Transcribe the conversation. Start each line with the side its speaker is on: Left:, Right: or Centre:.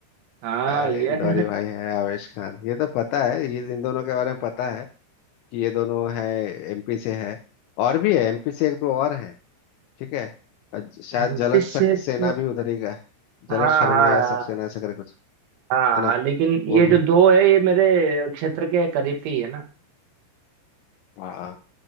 Right: हाँ
Left: अरे
Right: ये
Left: इंदौरी
Right: <laughs>
Left: भाई है आवेश खान ये तो पता है ये इन दोनों के बारे में पता है कि ये दोनों है एमपी से है और भी है एमपी से एक दो और हैं ठीक है अ, शायद
Right: एमपी
Left: जलज
Right: से
Left: सक्सेना
Right: तो
Left: भी उधर ही का है जलज
Right: हाँ
Left: शर्मा
Right: हाँ
Left: या सक्सेना ऐसा करके कुछ
Right: हाँ
Left: है ना
Right: लेकिन
Left: वो
Right: ये
Left: भी
Right: जो दो है ये मेरे क्षेत्र के करीब के ही है ना
Left: हाँ